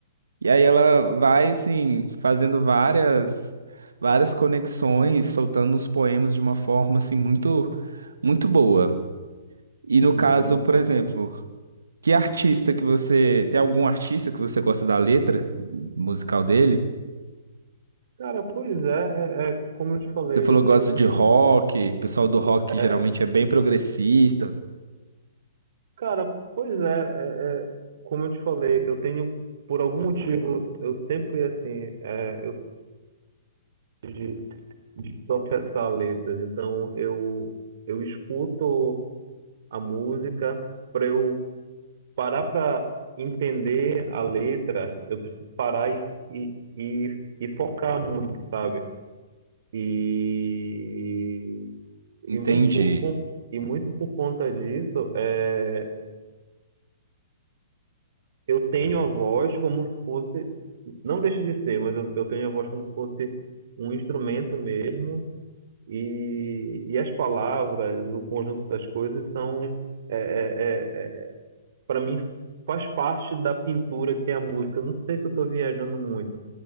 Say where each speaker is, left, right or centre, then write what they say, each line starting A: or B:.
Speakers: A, on the right; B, on the right.
A: e aí ela vai assim fazendo várias várias conexões, soltando os poemas de uma forma assim muito muito boa. E no
B: uhum.
A: caso, por exemplo, que artista que você tem algum artista que você gosta da letra musical dele?
B: Cara, pois é, é, é como eu te falei,
A: Você falou
B: eu tenho
A: que gosta
B: muita
A: de rock, o pessoal do rock
B: é,
A: geralmente é bem progressista,
B: Cara, pois é, é, é, como eu te falei, eu tenho, por algum motivo, eu sempre fui assim, é, eu de, de processar letras, então eu, eu escuto a música para eu parar para entender a letra, eu preciso parar e, e, e, e focar muito, sabe? E, e
A: entendi.
B: muito por, con- e muito por conta disso, é, eu tenho a voz como se fosse, não deixa de ser, mas eu, eu tenho a voz como se fosse um instrumento mesmo, e, e as palavras, o conjunto das coisas são, é é é, para mim, faz parte da pintura que é a música. Não sei se eu estou viajando muito,